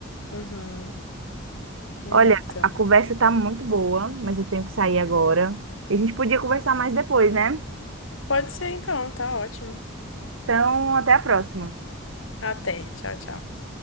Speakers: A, on the left; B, on the right.
A: Uhum. É,
B: Olha,
A: então.
B: a conversa tá muito boa, mas eu tenho que sair agora. E a gente podia conversar mais depois, né?
A: Pode ser então, tá ótimo.
B: Então, até a próxima.
A: Até. Tchau, tchau.